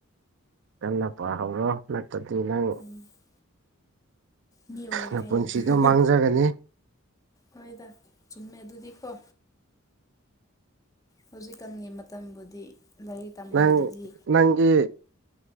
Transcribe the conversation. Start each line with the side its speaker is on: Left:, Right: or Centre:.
Right: ꯀꯟꯅ ꯄꯥꯍꯧꯔꯣ ꯅꯠꯇꯗꯤ ꯅꯪ
Left: ꯎꯝ ꯃꯤ ꯑꯣꯏꯔꯣꯏ
Right: ꯅꯄꯨꯟꯁꯤꯗꯣ
Left: ꯍꯥꯏꯌꯣ
Right: ꯃꯥꯡꯖꯒꯅꯤ
Left: ꯍꯣꯏꯗ ꯆꯨꯝꯃꯦ ꯑꯗꯨꯗꯤꯀꯣ ꯍꯧꯖꯤꯛꯀꯥꯟꯒꯤ ꯃꯇꯝꯕꯨꯗꯤ ꯂꯥꯏꯔꯤꯛ ꯇꯝꯍꯧꯗ꯭ꯔꯗꯤ
Right: ꯅꯪ ꯅꯪꯒꯤ